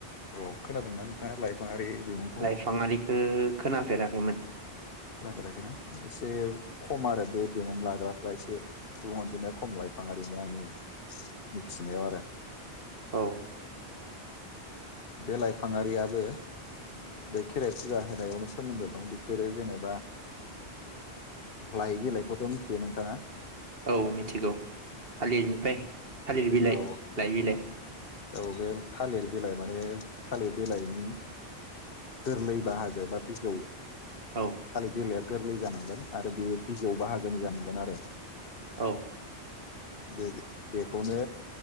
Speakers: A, on the left; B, on the right.
A: औ खोनादोंना नोंथाङा लाइफां ङारि बिमुंखौ
B: लाइफाङारिखौ खोनाफेराखैमोन
A: खोनाफेराखै ना इसे खम आरो बे बिमुङा एसे सुबुं अनजिमा खम लाफांआरिनि आंनि मिथिनायाव आरो।
B: औ
A: बे लाइफाङारियाबो बे खेराइ फुजा होनायावनो सोमोन्दो दं बिसोरो जेनेबा लाइ बिलाइखौथ' मिथियो नोंथाङा।
B: औ मिथिगौ। थालिरनिफ्राय थालिर बिलाइ
A: औ
B: लाय बिलाइ।
A: औ बे थालिर बिलाइ माने थालिर बिलाइनि गोरलै बाहागो बा बिजौ। थालिर
B: औ
A: बिलाय। गोरलै जानांगोन आरो बेयो बिजियाव बाहागोनि जानांगोन आरो।
B: औ।
A: बे बेखौनो